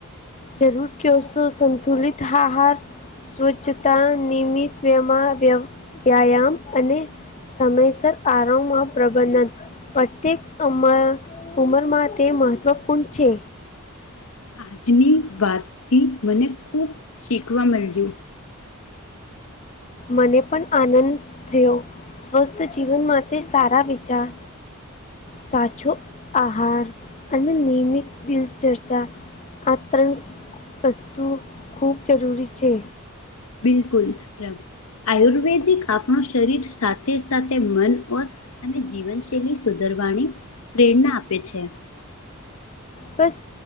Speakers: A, on the left (about 30°); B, on the left (about 70°).
A: જરૂર કે સો સંંતુલિત હાહાર. સ્વચ્છતા નિમિતમાં વ વ્યાયામ અને સમયસર આરોમાં પ્રબંધન. પ્રત્યેક ઉંમર ઉંમરમાં તે મહત્વપૂર્ણ છે.
B: આજની વાતથી મને ખુબ શીખવા મળ્યું.
A: મને પણ આનંદ થયો સ્વસ્થ જીવન માટે સારા વિચાર સાચો આહાર અને નિયમિત દિલચર્ચા આ ત્રણ વસ્તુ ખૂબ જરૂરી છે.
B: બિલકુલ પ્રભ આયુર્વેદિક આપણું શરીર સાથે-સાથે મન ઓર અને જીવનશૈલી સુધરવાની પ્રેરણા આપે છે.
A: બસ